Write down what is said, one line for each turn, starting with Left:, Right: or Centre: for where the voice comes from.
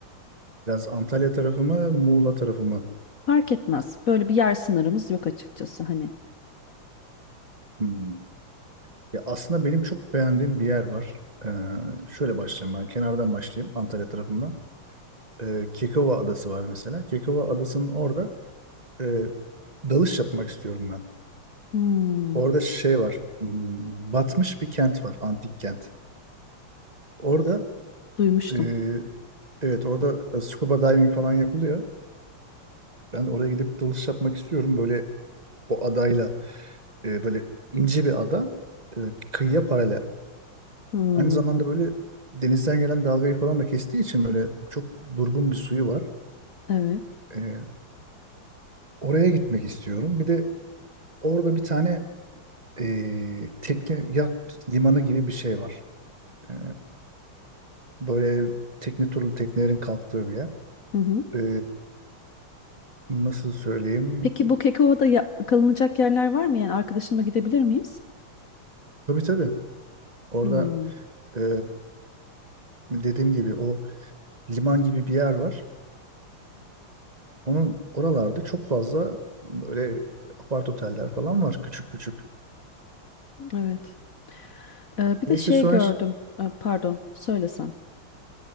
Right: Biraz Antalya tarafı mı, Muğla tarafı mı?
Left: Fark etmez. Böyle bir yer sınırımız yok açıkçası hani.
Right: Hmm. Ya aslında benim çok beğendiğim bir yer var. E, şöyle başlayayım ben. Kenardan başlayayım Antalya tarafından. E, Kekova Adası var mesela. Kekova Adası'nın orada e, dalış yapmak istiyorum ben.
Left: Hmm,
Right: Orada şey var. hmm, Batmış bir kent var. Antik kent. Orada
Left: duymuştum.
Right: e, evet orada e, scuba diving falan yapılıyor. Ben oraya gidip dalış yapmak istiyorum. Böyle o adayla e, böyle ince bir ada e, kıyıya paralel.
Left: Hmm.
Right: Aynı zamanda böyle denizden gelen dalgayı falan da kestiği için böyle çok durgun bir suyu var.
Left: Evet.
Right: E, oraya gitmek istiyorum. Bir de orada bir tane e, tekne yat limanı gibi bir şey var. E, böyle tekne turlu teknelerin kalktığı bir yer.
Left: Hı hı.
Right: E, nasıl söyleyeyim?
Left: Peki bu Kekova'da ya- kalınacak yerler var mı? Yani arkadaşımla gidebilir miyiz?
Right: Tabii tabii. Orada
Left: Hmm,
Right: e, dediğim gibi o liman gibi bir yer var. Onun oralarda çok fazla böyle apart oteller falan var küçük küçük.
Left: evet. Ee, bir
Right: Neyse
Left: de şey
Right: sonra,
Left: gördüm. Ee, pardon, söylesen.